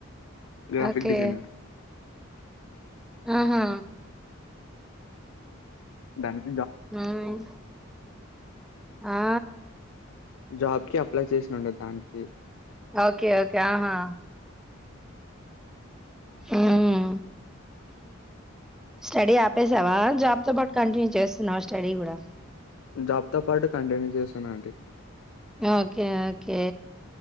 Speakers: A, on the left; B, in the centre.
A: graphic
B: okay
A: designer
B: ఆహా
A: దనికి
B: ఊమ్ ఆ
A: జాబ్కి అప్లై చేసినండి దానికి
B: ఓకే ఓకే ఆహా ఉమ్.
A: అఓ
B: స్టడీ ఆపేసావా జాబ్ తో పాటు కంటిన్యూ చేస్తున్నావు స్టడీ కూడా
A: జాబ్తో పాటు కంటిన్యూ చేశాను అండి
B: ఓకే ఓకే